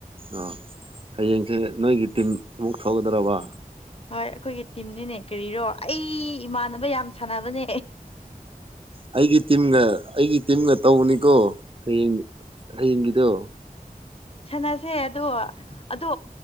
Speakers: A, on the right; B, on the left.
A: ꯑꯥ ꯍꯌꯦꯡꯁꯦ ꯅꯣꯏꯒꯤ ꯇꯤꯝ <unintelligible> ꯊꯒꯗ꯭ꯔꯕ
B: ꯍꯣꯏ ꯑꯩꯈꯣꯏꯒꯤ ꯇꯤꯝꯅꯤꯅꯦ ꯀꯔꯤꯔꯣ ꯑꯩ ꯏꯃꯥꯟꯅꯕ ꯌꯥꯝ ꯁꯥꯟꯅꯕꯅꯦ
A: ꯑꯩꯒꯤ ꯇꯝꯒ ꯑꯩꯒꯤ ꯇꯝꯒ ꯇꯧꯕꯅꯤꯀꯣ ꯍꯌꯦꯡ ꯍꯌꯦꯡꯒꯤꯗꯣ
B: ꯁꯥꯟꯅꯁꯦ ꯑꯗꯣ ꯑꯗꯣ